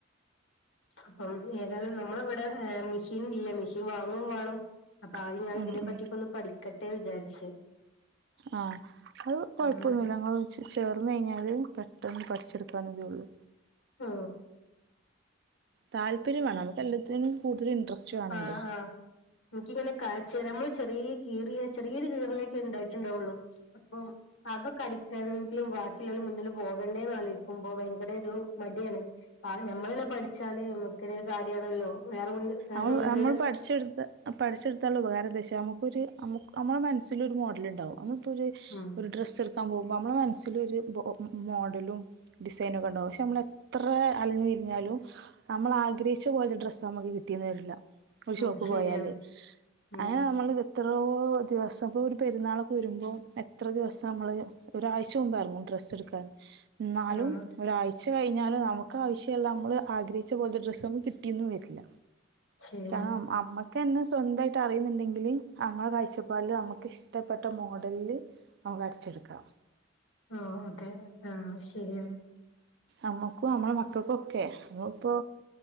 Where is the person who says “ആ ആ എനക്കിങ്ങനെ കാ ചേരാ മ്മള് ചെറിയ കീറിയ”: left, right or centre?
Left